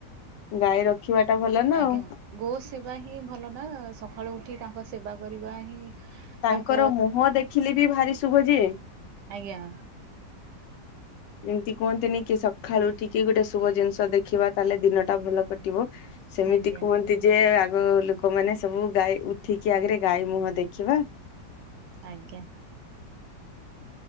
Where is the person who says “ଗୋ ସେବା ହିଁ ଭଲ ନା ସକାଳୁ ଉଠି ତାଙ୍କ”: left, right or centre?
Right